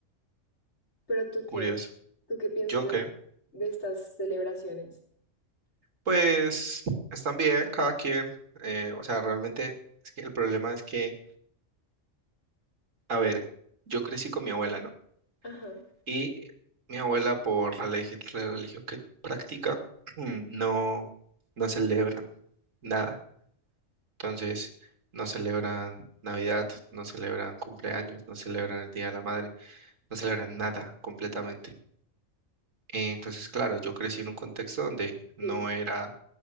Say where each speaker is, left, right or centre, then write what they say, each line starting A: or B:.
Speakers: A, on the left (about 60°); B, on the right (about 85°).
A: Pero tú qué,
B: Curioso.
A: ¿tú qué piensas
B: ¿Yo
A: de,
B: qué?
A: de estas celebraciones?
B: Pues están bien, cada quien. eh, o sea, realmente es que el problema es que, a ver, yo crecí con mi abuela, ¿no?
A: Ajá,
B: Y mi abuela, por la, lege- la religión que practica, <clears throat> no, no celebran nada. Entonces, no celebran Navidad, no celebran cumpleaños, no celebran el Día de la Madre, no celebran nada completamente. Eh, Entonces, claro, yo crecí en un contexto donde no
A: sí,
B: era